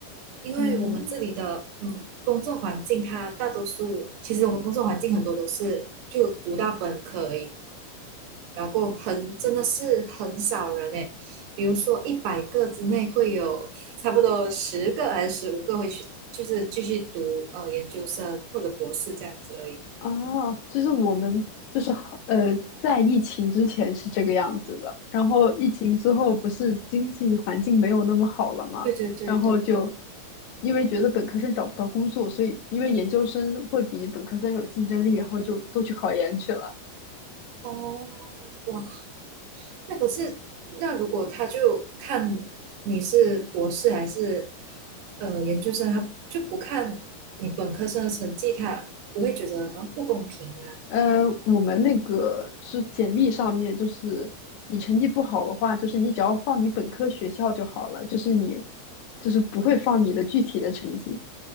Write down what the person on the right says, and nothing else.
因为我们这里的嗯工作环境，
它大多数其实我们工作环境很多都是就读到本科而已，然后很真的是很少人诶，比如说一百个之内会有差不多十个还是十五个会去，就是继续读呃研究生或者博士这样子而已。
嗯，
对对对对对，
哦，哇，那可是那如果他就看你是博士还是呃研究生，他就不看你本科生的成绩，他不会觉得好像不公平吗？